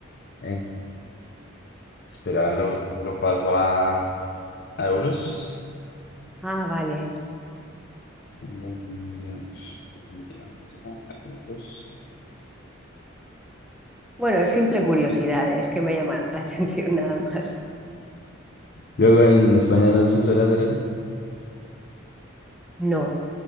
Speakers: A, on the left; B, in the centre.
A: Eh, Espera, lo, lo paso a, a euros.
B: Ah, vale.
A: Colombianos, colombianos, ah, a euros.
B: Bueno, es simple curiosidad, es que me llama la <laughs> atención nada más.
A: Luego en España no se suele hacer eso.
B: No,